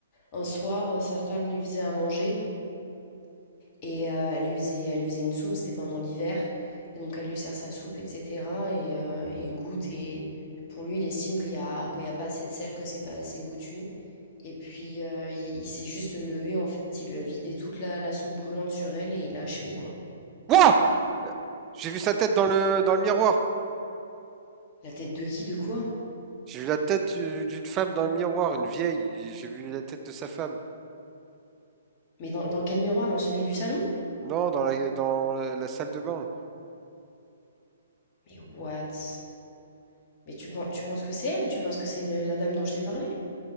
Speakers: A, on the left; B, on the right.
A: un soir, euh, sa femme lui faisait à manger et euh, elle lui faisait, elle lui faisait une soupe, c'était pendant l'hiver. Et donc elle lui sert sa soupe, etc. Et, euh, et il goûte et pour lui, il estime qu'il y a, qu'il y a pas assez de sel, que c'est pas assez goûtu. Et puis euh, il, il s'est juste levé en fait, il lui a vidé toute la, la soupe brûlante sur elle et il l'a achevé quoi.
B: Wouah! Euh, J'ai vu sa tête dans le, dans le miroir!
A: La tête de qui, de quoi?
B: J'ai vu la tête du- d'une femme dans le miroir, une vieille, j'ai vu la tête de sa femme.
A: Mais dans, dans quel miroir? Dans celui du salon?
B: Non, dans la, dans la, la salle de bain.
A: Mais what? Mais tu penses, tu penses que c'est elle? Tu penses que c'est le- la dame dont je t'ai parlé?